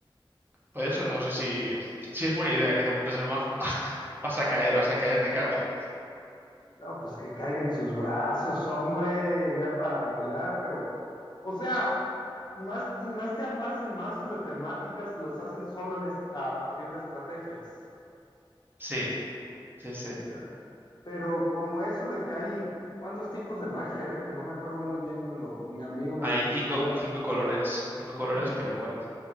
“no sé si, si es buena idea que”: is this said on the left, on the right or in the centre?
Right